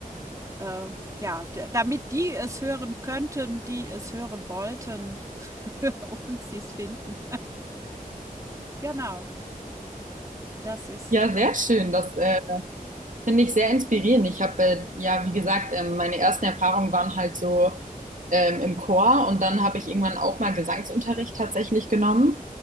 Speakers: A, on the right; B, on the right.
A: äh, ja, damit die es hören könnten, die es hören wollten <laughs> und sie es finden. Genau, das ist
B: ja, sehr schön. Das äh, Finde ich sehr inspirierend. Ich habe äh, ja, wie gesagt, ähm, meine ersten Erfahrungen waren halt so ähm, im Chor und dann habe ich irgendwann auch mal Gesangsunterricht tatsächlich genommen.